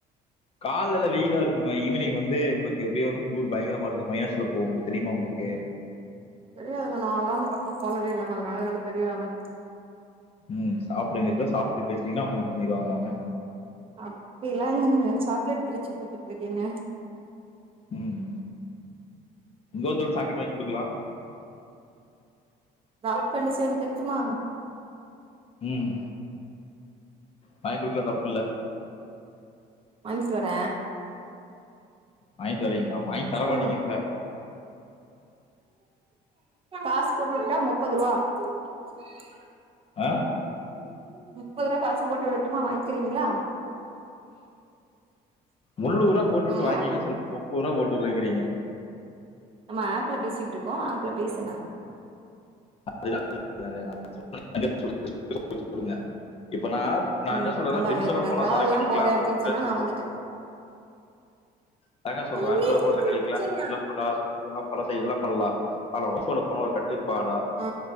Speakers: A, on the left; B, on the right.
A: கால்லலா வெயிலா இருக்குங்க ஈவினிங் வந்து உங்களுக்கு எப்டியோ வந்து கூர் பயங்கரமா இருக்கு மைனஸ்ல போவுங்க தெரிமா உங்களுக்கு
B: தெரியாதுங்க நால்லா அந்த பக்க போனதே இல்லங்க அதனால எனக்கு தெரியாதுங்க
A: ம் சாப்டுங்க இப்ப தா சாப்ட்டு பேசுனீங்கனா அவங்க இது பண்ணிருவாங்க அவங்க
B: அப்டிலா இல்லங்க சாக்லேட் பிரிச்சி குடுத்துட்டுருக்கேங்க
A: ம் இங்கோர்தோள் சாக்லேட் வாங்கி குடுக்லா
B: டார்க் ஃபேண்டஸி வாங்கி தரட்டுமா
A: ம் வாங்கி குடுக்கலா தப்பு இல்ல
B: வாங்கிட்டு வர
A: வாங்கிட்டு வரீங்களா வாங்கி தரமாட்டீங்க
B: சொல்லுங்க
A: இப்ப
B: காசு போட்டுவுடட்டா முப்பது ரூவா <inaudible>
A: அ
B: <unintelligible> முப்பரூவா காசு போட்டு விடடுமா வாங்கிக்கிறீங்களா
A: முன்னூரா போட்டு
B: நம்ம
A: வுட்டு வாங்கிக்க சொல் முப்பூரா போட்டுருங்கிறீங்க
B: நம்ம ஆப்ல பேசிட்டு இருக்கோ ஆப்ல பேசுங்க
A: <unintelligible> இப்பனா நா
B: ம்
A: என்ன சொல்றனா
B: அதாங்க
A: ஃபிரண்ஸோட
B: இப்ப நா
A: போனா
B: டிராவல்லா
A: சரக்கு அடிக்கலா
B: போறே அப்டின்னு
A: ஃபிரண்ட்ஸ்
B: சொன்னா நா வந்துட்டு
A: அதாங்க சொல்ற
B: எனக்கு பிடிச்சனா
A: <unintelligible> ம் பழ சைடு எல்லா பண்லா ஆனா வொய்ஃ போன ஒரு கட்டுப்பாடா
B: ஆ